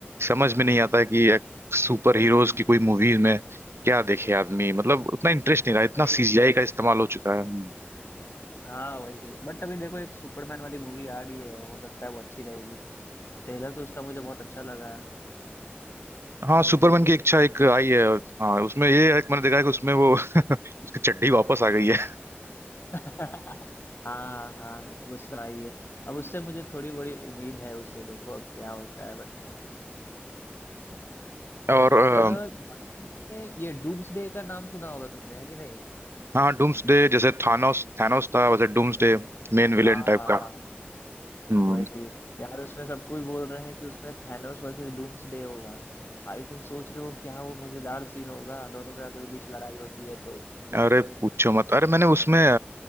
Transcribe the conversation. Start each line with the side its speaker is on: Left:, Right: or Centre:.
Right: समझ में नहीं आता है कि एक सुपर हीरोज की कोई मूवीज में क्या देखे आदमी मतलब उतना इंटरेस्ट नहीं रहा इतना
Left: वही
Right: सीजीआई का इस्तेमाल हो चुका है हम्म।
Left: हाँ वही बट अभी देखो एक सुपरमैन वाली मूवी आ रही है हो सकता है वो अच्छी रहेगी ट्रेलर तो उसका मुझे बहुत अच्छा लगा है
Right: हाँ सुपरमैन की इच्छा एक आई है हाँ उसमें ये है कि मैंने देखा है कि उसमें वो <laughs> उसकी चड्डी वापस आ गई है
Left: <laughs> हाँ हाँ गुस्सा आई है अब उससे मुझे थोड़ी बड़ी उम्मीद है उससे देखो अब क्या होता है बट
Right: और
Left: बट
Right: अ,
Left: मार्वल में ये डूम्सडे का नाम सुना होगा तुमने है कि नहीं
Right: हाँ डूम्सडे जैसे थानोस थानोस था वैसे डूम्सडे मेन विलेन
Left: हाँ
Right: टाइप
Left: हाँ
Right: का
Left: हाँ
Right: हम्म
Left: वही यार उसमें सब कोई बोल रहे हैं कि उसमें थैनोस वर्सेस डूम्सडे होगा भाई तुम सोच रहे हो क्या वो मजेदार सीन होगा दोनों में अगर बीच लड़ाई होती है तो
Right: अरे पूछो मत अरे मैंने उसमें